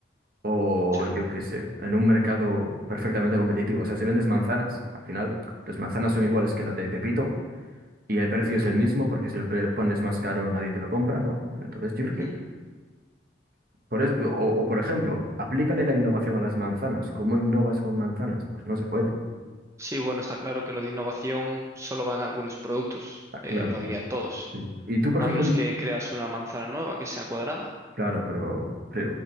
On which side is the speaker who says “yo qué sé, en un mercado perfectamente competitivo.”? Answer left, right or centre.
Right